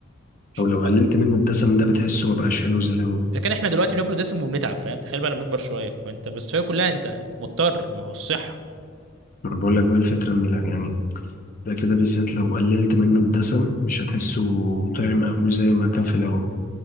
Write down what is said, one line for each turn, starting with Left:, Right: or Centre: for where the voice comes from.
Right: مش
Left: او لو
Right: هتخاطر
Left: قللت منه الدسم ده بتحسه ما بقاش حلو زي الاول
Right: اذا كان احنا دلوقتي بناكل دسم وبنتعب فاهم تخيل بقى لما نكبر شويه فانت بس هي كلها انت مضطر ما هو الصحه
Left: ما أنا بقول لك بقى الفكره ان لا يعني الاكل ده بالذات لو قللت منه الدسم مش هتحسه طعم قوي زي ما كان في الاول